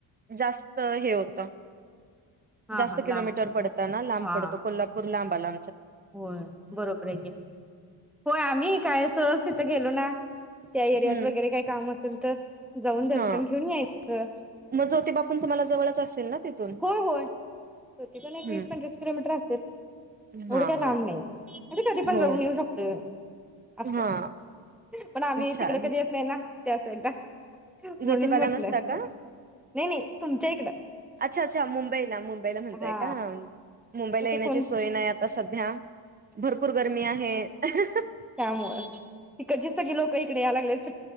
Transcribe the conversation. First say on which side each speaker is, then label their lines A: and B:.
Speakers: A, on the right (about 20°); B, in the centre.
A: जास्त हे होत
B: हा
A: जास्त
B: हा
A: किलोमीटर
B: लांब
A: पडत ना लांब
B: हा
A: पडतो कोल्हापूर लांबाला
B: होय, बरोबर आहे की होय आम्ही काय सहज तिथं गेलो ना त्या एरियात
A: हम्म
B: वगैरे काही काम असेल तर जाऊन दर्शन
A: हा
B: घेऊन यायचं.
A: मग ज्योतिबा पण तुम्हाला जवळच असेल ना तिथून
B: होय होय, ज्योतिबा पण एक
A: हम्म
B: वीस पंचवीस किलोमीटर असेल. एवढं
A: हा
B: काही
A: हा
B: लांब नाही म्हणजे कधी पण
A: हो
B: जाऊन येऊ शकतो असं
A: हा
B: पण आम्ही
A: छान
B: तिकडे कधी येत नाही ना ते असंय का? म्हणून
A: ज्योतिबाला
B: म्हटलं,
A: नसता का
B: नाही नाही तुमच्या इकडं
A: अच्छा अच्छा मुंबईला मुंबईला म्हणताय
B: हा
A: का? मुंबईला
B: तसे
A: येण्याची
B: कोण
A: सोय नाही, आता सध्या भरपूर गरमी आहे. <unintelligible>
B: त्यामुळेच तिकडची सगळी लोक इकडे यायला लागल्यात सु